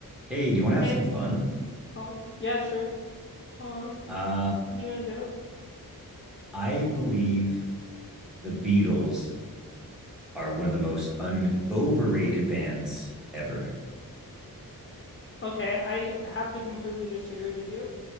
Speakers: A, in the centre; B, on the left.
A: Hey, do you want to
B: Hey,
A: have some fun?
B: oh, yeah, sure. Um,
A: Uh,
B: what do you want to do?
A: I believe the Beatles are one of the most un overrated bands ever.
B: Okay, I have to completely disagree with you